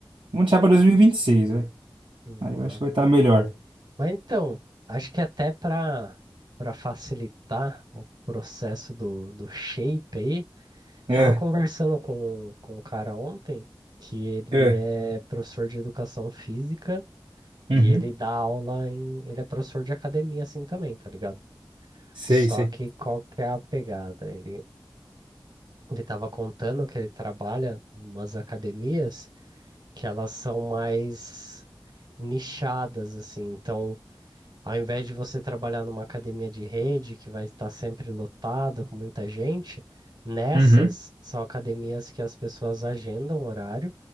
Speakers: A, on the right; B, on the right.
A: Vamos deixar para 2026, velho.
B: Bora.
A: Aí eu acho que vai estar melhor.
B: Mas então, acho que até para para facilitar o processo do, do shape aí,
A: É,
B: Tava conversando com, com um cara ontem que ele
A: é.
B: é professor de educação física
A: Uhum.
B: e ele dá aula em. Ele é professor de academia assim também, tá ligado?
A: Sei,
B: Só
A: sei.
B: que qual que é a pegada? Ele, ele tava contando que ele trabalha em umas academias que elas são mais nichadas, assim. Então, Ao invés de você trabalhar numa academia de rede que vai estar sempre lotada com muita gente, nessas
A: Uhum.
B: são academias que as pessoas agendam horário